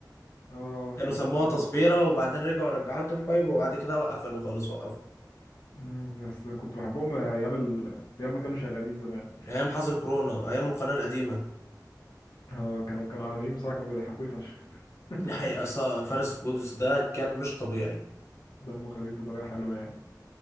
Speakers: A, on the left (about 75°); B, on the left (about 40°).
A: اه
B: كانوا
A: كانت
B: سموها
A: اسمها
B: تصبيره
A: تصوير
B: وبعدين رجعوا رجعوها توب فايف وبعد كده قفلوا خالص وقفوا
A: مم، بس كنت بحبهم ايام ال... ايام ما كانوا شغالين زمان
B: ايام حظر كورونا ايام القناه القديمه
A: اه كانوا كانوا عالميين بصراحه كانوا بيضحكوني فشخ <laughs>
B: دي حقيقه ص- فارس جدس ده كان مش طبيعي
A: دمه خفيف بطريقه حلوه يعني